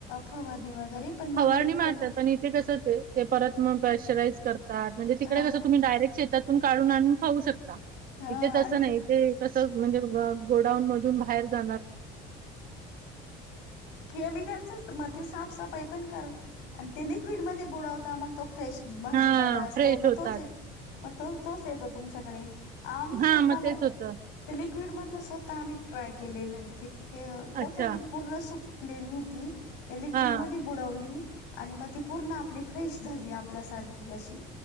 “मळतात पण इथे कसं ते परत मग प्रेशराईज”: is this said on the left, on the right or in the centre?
Right